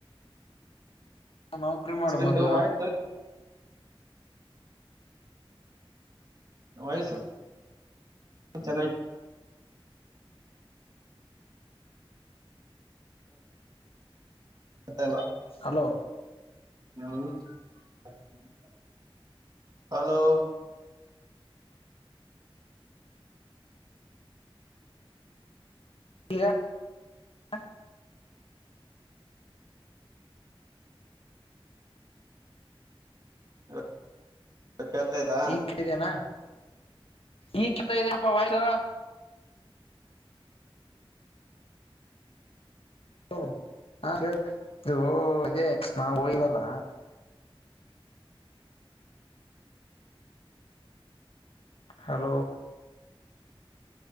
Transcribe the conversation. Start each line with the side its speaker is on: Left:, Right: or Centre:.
Left: ನೌಕರಿ ಮಾಡು
Right: ನಿಂದು
Left: ಮೊದ್ಲು
Right: ವಯಸ್ಸು ರಾಯಸ <unintelligible> ಚೆನ್ನೈ <unintelligible> ಮತ್ತೆ ಎಲ್ಲ
Left: ಹಲೋ
Right: ನಮ್ನಿತ್ <unintelligible> ಹಲೋ
Left: ಈಗ <inaudible>
Right: <unintelligible> ಕೇಳ್ತಾ ಇದಾ
Left: ಈಗ ಫಿಟ್ಟಿದೆನಾ ಈಗ್ ಕಿತ್ತೋಗಿದೇನಪ್ಪಾ ವೈಯರು ಹ್ಮು ಹ್ಮಾ ಹೇಳ್ ಇವೂ ಹೇ ನಾವು ಹೋಗಿಲ್ವಲ್ಲಾ ಹಲೋ